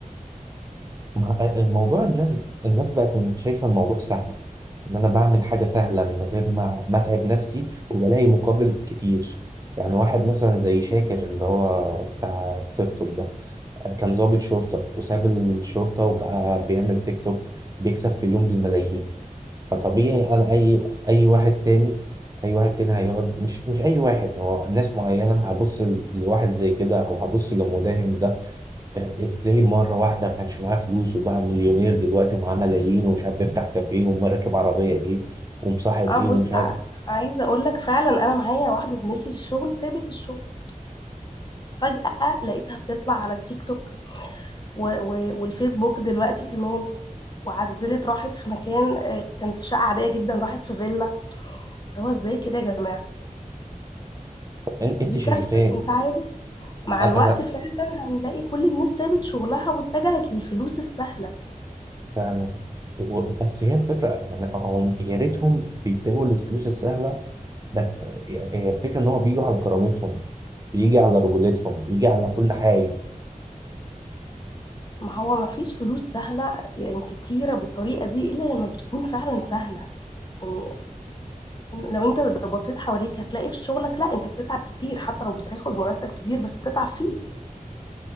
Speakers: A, on the right (about 25°); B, on the left (about 30°).
A: ما- الموضوع الناس الناس بقت شايفة الموضوع سهل ان انا بعمل حاجة سهلة من غير ما ما اتعب نفسي وبلاقي مقابل كتير يعني واحد مثلا زي شاكر اللي هو بتاع تيك توك ده كان ضابط شرطة وساب الشرطة وبقى بيعمل تيك توك بيكسب في اليوم بالملايين فطبيعي انا اي اي واحد تاني اي واحد تاني هيقعد مش مش اي واحد هو ناس معينة هبص لواحد زي كده او هبص لمداهم ده آه، ازاي مره واحده كانش معاه فلوس وبقى مليونير دلوقتي ومعاه ملايين ومش عارف بيفتح كافيه وراكب عربيه ايه ومصاحب
B: اه
A: ايه
B: بص
A: ومش عارف
B: ع- عايزه اقول لك فعلا انا معايا واحده زميلتي في الشغل سابت الشغل فجاه لقيتها بتطلع على التيك توك و و والفيسبوك دلوقتي كمان وعزلت راحت في مكان آه، كانت في شقه عاديه جدا راحت في فيلا اللي هو ازاي كده يا جماعه
A: إن- انت
B: دي
A: شايفاه
B: كارثه انت عارف مع
A: أ-
B: الوقت
A: انا
B: فعلا هنلاقي كل الناس سابت شغلها واتجهت للفلوس السهله
A: فعلا و- بس هي الفكره يعني هم يا ريتهم بيتبعوا الفلوس السهله بس يعني هي الفكره ان هو بيجوا على كرامتهم بيجي على رجولتهم بيجي على كل حاجه
B: ما هو ما فيش فلوس سهله يعني كتيره بالطريقه دي الا لما بتكون فعلا سهله يعني لو انت بصيت حواليك هتلاقي في شغلك لا انت بتتعب كتير حتى لو بتاخد مرتب كبير بس بتتعب فيه